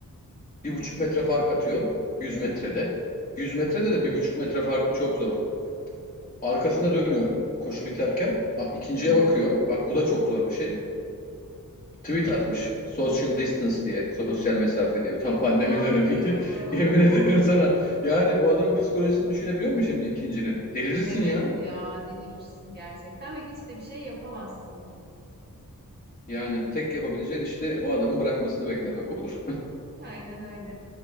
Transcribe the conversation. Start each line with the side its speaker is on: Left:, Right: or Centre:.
Left: Bir buçuk metre fark atıyor 100
Right: Hı
Left: metrede.
Right: hı.
Left: 100 metrede de
Right: Oo.
Left: bir buçuk metre fark çok zor. Arkasına dönüyor koşu biterken. A- ikinciye
Right: Hı hı.
Left: bakıyor. Bak bu da çok zor bir şey. Tweet atmış. Social distance diye. Sosyal mesafe diye. Tam pandemi
Right: İnanmıyorum.
Left: dönemiydi. <laughs> Yemin
Right: <laughs>
Left: ederim sana. Yani bu adamın psikolojisini düşünebiliyor musun şimdi ikincinin? Delirirsin
Right: Evet
Left: ya.
Right: ya, delirirsin gerçekten ve hiç de bir şey yapamazsın.
Left: Yani tek yapabileceğin işte o adamın bırakmasını beklemek olur.
Right: Aynen öyle.